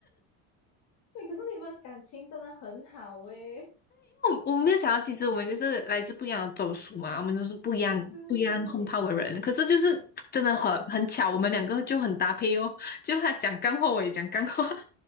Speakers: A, on the left; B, on the left.
A: 可是你们感情真的很好诶。
B: 我们没有想到，其实我们就是来自不一样的走属嘛，我们都是不一样不一样轰炮的人。
A: 对，
B: 可是就是真的很很巧，
A: 是，
B: 我们两个就很搭配哦。就他讲干货，我也讲干货。